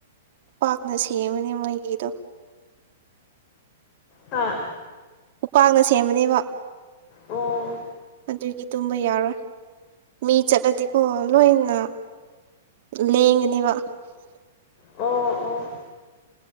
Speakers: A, on the right; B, on the left.
A: ꯎꯄꯥꯛꯅ ꯁꯦꯝꯕꯅꯦ ꯃꯣꯏꯒꯤꯗꯣ
B: ꯑ
A: ꯎꯄꯥꯛꯅ ꯁꯦꯝꯕꯅꯦꯕ
B: ꯑꯣ
A: ꯑꯗꯨꯏꯒꯤ ꯇꯨꯝꯕ ꯌꯥꯔꯣꯏ ꯃꯤ ꯆꯠꯂꯗꯤꯀꯣ ꯂꯣꯏꯅ ꯂꯦꯡꯒꯅꯦꯕ
B: ꯑꯣ ꯑꯣ